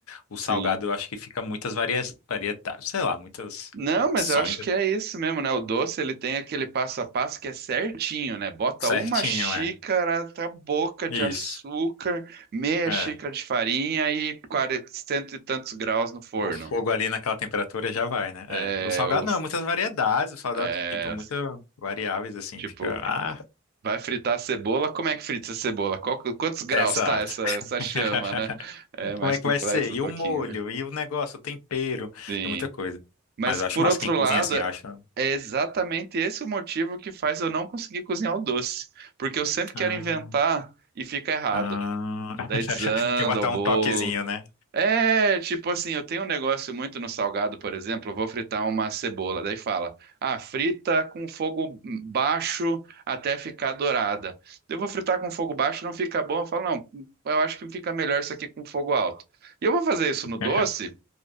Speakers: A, on the left; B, on the right.
A: O
B: Sim.
A: salgado eu acho que fica muitas varia... variedades, sei lá, muitas
B: Não,
A: opções.
B: mas eu acho que é isso mesmo, né? O doce, ele tem aquele passo a passo que é certinho, né? Bota
A: Certinho,
B: uma xícara,
A: é.
B: tá boca de
A: Isso.
B: açúcar, meia
A: é
B: xícara de farinha e 40, cento e tantos graus no forno.
A: O fogo ali naquela temperatura já vai, né?
B: É,
A: É. O salgado
B: os-
A: não, é muitas variedades. O salgado,
B: é,
A: tipo, muito variáveis, assim,
B: tipo,
A: fica. Ah,
B: Vai fritar a cebola? Como é que frita a cebola? Qual- quantos graus
A: é exato.
B: tá essa, essa
A: <laughs>
B: chama, né? É mais
A: Como é que
B: complexo
A: vai ser? E
B: um pouquinho,
A: o molho,
B: né?
A: e o negócio, o tempero,
B: Sim.
A: é muita coisa.
B: Mas
A: Mas eu
B: por
A: acho massa,
B: outro
A: quem cozinha
B: lado,
A: assim, acha.
B: é exatamente esse o motivo que faz eu não conseguir cozinhar o doce. Porque eu sempre quero
A: Ah,
B: inventar e fica errado.
A: ah. <laughs>
B: Daí desanda
A: Quer botar
B: o bolo.
A: um toquezinho, né?
B: É, tipo assim, eu tenho um negócio muito no salgado, por exemplo, eu vou fritar uma cebola, daí fala, ah, frita com fogo baixo até ficar dourada. Eu vou fritar com fogo baixo, não fica bom, eu falo, não, eu acho que fica melhor isso aqui com fogo alto. E eu vou fazer isso no doce,
A: <laughs>